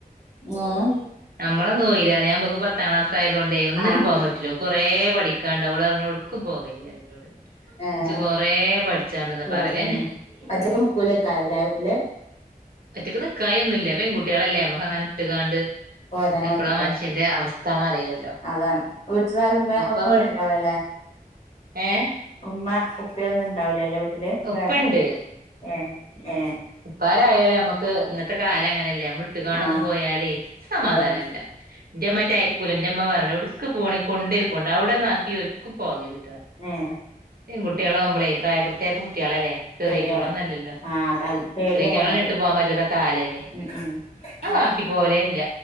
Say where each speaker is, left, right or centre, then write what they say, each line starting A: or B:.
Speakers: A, on the left; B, on the right.
A: ഏഹ്
B: നമ്മള് അന്ന് പോയില്ല ഇബൾക്ക് പത്താം ക്ലാസ് ആയത് കൊണ്ടേ ഒന്നിനും
A: ആഹ്
B: പോകാൻ പറ്റൂല കൊറേ പഠിക്ക ഓളറിഞ്ഞു ഒടുക്കും പോകല്ലി ന്ന് പറഞ്ഞ് ഇന്നോട്
A: ഏഹ്
B: ച് കൊറെ പഠിചാണ്ട് ന്നാ
A: ശരിയാണ്
B: പറയലന്നെ
A: ഒറ്റക്ക് നിക്കൂലേക്കാരല്ലേ വീട്ടില്
B: ഒറ്റക്ക് നിക്കായന്നുല്ല പെൺകുട്ടികളല്ലേ മ്മക്ക് അങ്ങനെ ഇട്ടുകാണ്ട്
A: പോരൻ
B: എപ്പളാ
A: പറ്റില്ല
B: മനുഷ്യന്റെ അവസ്ഥാന്ന് അറിയില്ലല്ലോ
A: അതാണ് വീട്ടിലാരുമ്മ
B: ഇപ്പ
A: ഒന്നുംല്ലല്ലോ
B: ഇവിടെ
A: വേളെ
B: ഏഹ്
A: ഉമ്മ ഉപ്പയൊന്നും ഉണ്ടാവൂലല്ലേ ട്ടിൽ
B: ഉപ്പണ്ട്
A: വേറെ എ എ
B: ഉപ്പാരായാലേ നമ്മുക്ക് ഇത്തെ കാല അങ്ങനല്ലേ മ്മള് ഇട്ട് കാണ്ട്
A: ആഹ്
B: പോയാലേ സമാധാനല്ല
A: അതാണ്
B: എന്റെ മ്മ കുല ന്റെമ്മ പറ എവിടുക്ക് പോകാണെങ്കിലും കൊണ്ട് പോയ്ക്കോണ്ട് അവിടെന്നാക്കിയ ഒരു പോകരുത്
A: ഏ
B: പെൺകുട്ടികളെകുമ്പളേ പ്രായപൂർത്തി കുട്ടികളല്ലേ ചെറിയറ്റങ്ങളൊന്നും
A: ശരിയാണ്
B: അല്ലല്ലോ
A: ആഹ് അതാണ് പേടിയാണ്
B: ഞങ്ങൾ
A: നമ്മുക്ക്
B: ഇട്ട് പോകാൻ പറ്റത്ത കാലല്ലേ
A: ഉം ഉം അതാണ്
B: ആക്കി പോവലെ ല്ല